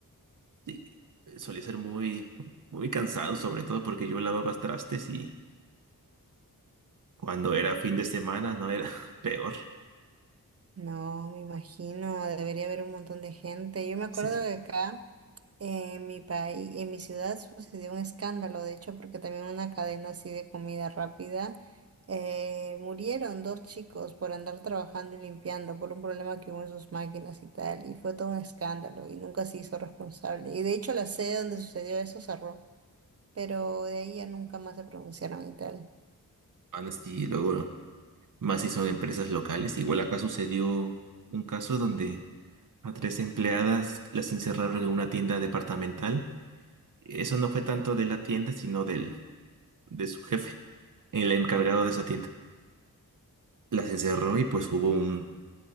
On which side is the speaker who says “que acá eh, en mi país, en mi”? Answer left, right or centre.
Right